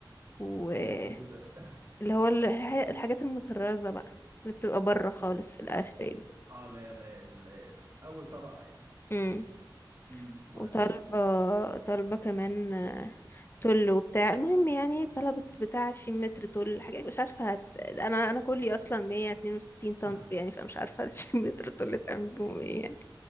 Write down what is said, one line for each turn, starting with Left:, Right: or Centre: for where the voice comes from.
Left: واللي
Right: ايه الجوبير ده <laughs>
Left: هو الح- الحاجات المطرزة بقى اللي بتبقى بره خالص في الآخر دي
Right: اه لا لا ال- اول طبقة يعني
Left: امم
Right: امم وبعدين
Left: وطالبة طالبة كمان آه، تل وبتاع المهم يعني طلبت بتاع 20 متر تل حاجة مش عارفة هت... أنا أنا كلي أصلا 162 سنتي
Right: <laughs>
Left: يعني فمش عارفة 20 متر تل تعمل بهم ايه يعني